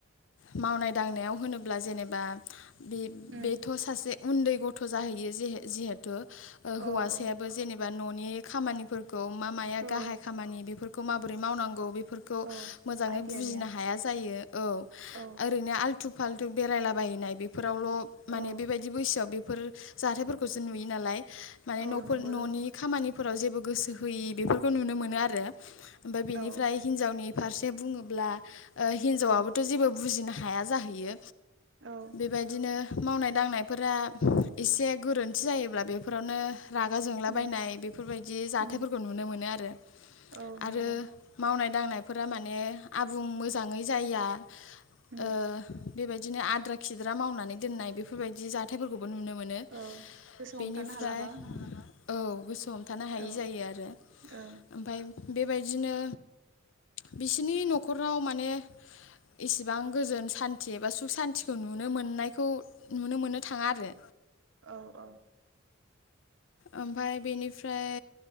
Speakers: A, on the left; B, on the right.
A: मावनाय दांनायाव होनोब्ला जेनेबा बे-बेथ
B: उम
A: सासे उन्दै गथ जाहैयो जिहे-जिहेथु हौवासायाबो
B: औ औ
A: जेनेबा ननि नि खामानिफोरखौ खौ मा माया
B: औ
A: गाहाय खामानि बेफ फोरखौ माब्रै मावनांगौ बे बेफोरखौ
B: औ
A: मोजाङै
B: आइदिया
A: बुजिनो
B: गैया
A: हाया जायो औ
B: औ
A: ओरैनो आलथु फाल्थु बेरायलाबायनाय बे फोरावल माने
B: औ
A: बेबायदि बैसोआव बे बेफोर जाथायफोरखौसो नुयो नालाय माने
B: औ
A: नफोर
B: नंगौ
A: ननि
B: लोगो
A: खामानि फोराव जेबो गोसो होयि बेफोरखौ नुनो मोनो आरो। ओमफाय बेनिफ्राय
B: औ
A: हिनजावनि फारसे बे बुङोब्ला ओ हिनजावाबबोथ
B: औ
A: जेबो बुजिनो हा हाया जाहैयो।
B: औ
A: बेबायदिनो मावनाय दांनायफोरा एसे गोरोन्थि जायोब्ला बे फोरावनो रागा जोंलाबायनाय
B: उम
A: बेफोरबायदि जाथायाइफोरखौ
B: उम
A: नुनो मोनो आरो।
B: औ
A: आरो
B: नंगौ
A: मावनाय दांनायफोरा माने आबुं मोजाङै जाया
B: उम
A: ओ बेबायदि बिदिनो आद्रा खिद्रा मावनानै दोननाय बेफोरबायदि जाथायफोरखौ बो नुनो मोनो
B: औ गोसोआव
A: बेनिफ्राय
B: हमथानो हालाबा औ
A: औ गोसो हमथानो हायि
B: औ
A: जायो आरो
B: औ
A: ओमफाय बेबायदिनो बिसिनि नखराव माने इसेबां गोजोन सान्थि एबा सुख सान्थिखौ नुनो मोननायखौ नुनो मोननो थाङा आरो।
B: औ औ
A: ओमफाय बेनिफ्राय